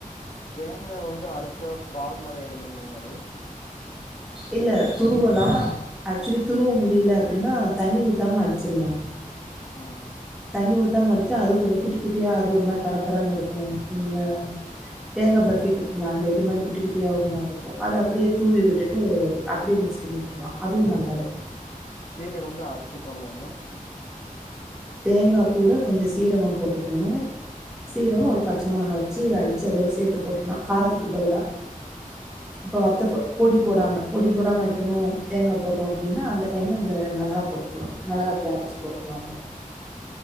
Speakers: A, on the left (about 60°); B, in the centre.
A: தேங்கா வந்து அரைச்சா பால் மாரி ஆயிடுந்தான மேம் அது
B: இல்ல துருவலா ஆக்சுலி துருவ முடியல அப்டின்னா தண்ணி ஊத்தாம அடிச்சிட்லா
A: ம்
B: தண்ணி ஊத்தாம அடிச்சா அது கொஞ்சோ குட்டி குட்டியா அது ஒரு மாறி பரபர இருக்கு ம்அ
A: ஆம்
B: தேங்கா பஃர்பிக்கு இருக்கும்ல அந்த இது மாறி குட்டியா குட்டியா ஒரு மாறி இருக்கு
A: ம்
B: அது அப்டே தூவி விட்டுட்டு அப்டியே மிக்ஸ் பண்ணி விட்டுர்லா அதுவு நல்லாருக்கு
A: சீவி வந்து அரச்சு போட்னுமா மேம்
B: தேங்கா கூட கொஞ்ச சீரகோ போட்டுக்கணு சீரகோ ஒரு
A: ம்
B: பச்ச மொளகா ச்சு அடிச்சு அதோட சேத்து போட்டுலா காரத்துக்கு பதிலா இப்ப
A: ஓ
B: வத்த பொ பொடி போடாம பொடி போடாம வைக்கணு தேங்கா போடுறோ அப்டின்னா அந்த டைம்ல இந்த மொளகா போட்டுக்கலா மொளகா பொடி அரச்சி போட்டுக்கலா அதுல